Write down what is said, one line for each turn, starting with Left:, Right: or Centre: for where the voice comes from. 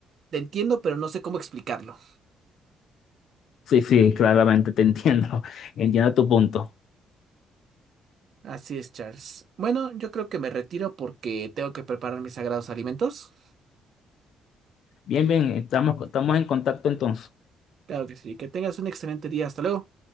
Right: te entiendo, pero no sé cómo explicarlo.
Left: Sí, sí, claramente te entiendo, <laughs> entiendo tu punto.
Right: Así es, Charles. Bueno, yo creo que me retiro porque tengo que preparar mis sagrados alimentos.
Left: Bien, bien, estamos, estamos en contacto entonces.
Right: Claro que sí. Que tengas un excelente día. Hasta luego.